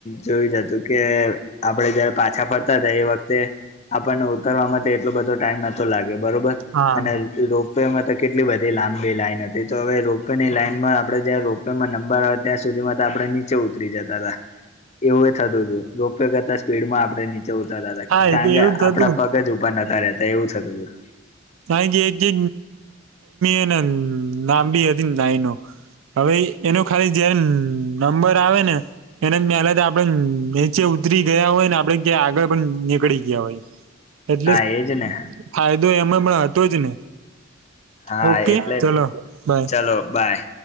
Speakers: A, on the left (about 35°); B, on the right (about 85°).
A: જોયું જ હતું કે આપડે જયારે પાછા ફરતા હતા એ વખતે આપણને ઉતરવા માટે એટલો બધો ટાઈમ નતો લાગ્યો બરોબર
B: હા
A: અને રોપવેમાં તો કેટલી બધી લાંબી લાઈન હતી તો હવે રોપવેેની લાઈનમાં આપણે જ્યાં રોપવેમાં નંબર આવે ત્યાં સુધીમાં તો આપણે નીચે ઉતરી જતા હતા એવું થતું હતું. કરતા સ્પીડમાં આપડણે નીચે ઉતરતા હતા
B: હા એ
A: કારણ
B: તો
A: કે
B: એવું જ થતું
A: આપડા પગ જ ઉપર નતા રહેતા એવું થતું હતું.
B: ના જે જે એને લાંબી હતી ને લાઇનો. હવે એનું ખાલી જયારે નંબર આવે ને એને પહેલા તો આપડે નીચે ઉતરી ગયા હોય ને આપડે ક્યાં આગળ પણ નીકળી ગયા હોય.
A: <inaudible>
B: એટલે
A: એજ ને
B: ફાયદો એમાં પણ હતો જ ને
A: હા
B: ઓકે
A: એટલે
B: ચલો
A: જ
B: બાય.
A: ચાલો બાય